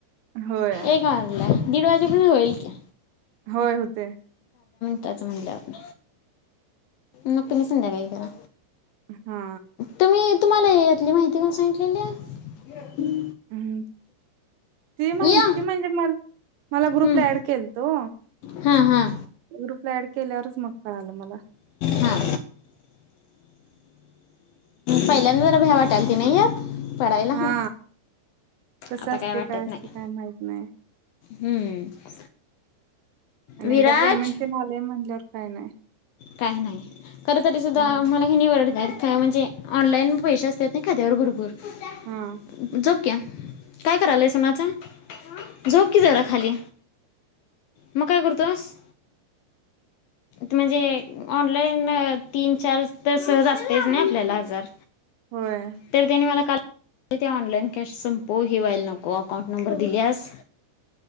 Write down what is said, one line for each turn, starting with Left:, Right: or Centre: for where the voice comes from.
Right: होय
Left: ए गल आहे दीड वाजेमध्ये होईल का्या
Right: होय होते
Left: त्याच म्हणलं आपण मग तुही संध्या काही करा
Right: हा
Left: तुम्ही तुम्हाला यातली माहिती काण सांगितलेली
Right: ह् ते माहिती
Left: या
Right: म्हणजे म मला ग्रुपला
Left: हां
Right: ऍड के तो
Left: हां हां
Right: ग्रुपला ऍड केलर्स मकळ आलं मला
Left: हां पहिल्यांदा जरा भ्या वाटायल की नाही यात पडायला
Right: हा कसं
Left: आता
Right: असते
Left: वाटत
Right: काय असते
Left: नाही.
Right: काय माहित नाही
Left: हम्म
Right: आणि
Left: विराज
Right: एकदा पेमेंट ते झालेय म्हणल्यावर काय नाही
Left: काय नाही खर तरी सुद्धा
Right: हा
Left: मला हे निवड जाल काय म्हणजे ऑनलाईन पैसे असतात नाही का त्या्यावर भरपूर
Right: हा
Left: झोक्य काय करायलय सोनाच झोप क जरा खाली मग काय करतोस म्हणजे ऑनलाईन तीन चार तर सहज असतेच नाही आपल्याला हजार
Right: होय
Left: तर त्यानी मला का ते ऑनलाइन कॅश संपो हिवा्हाला नको अकाउंट नंबर दिल्यास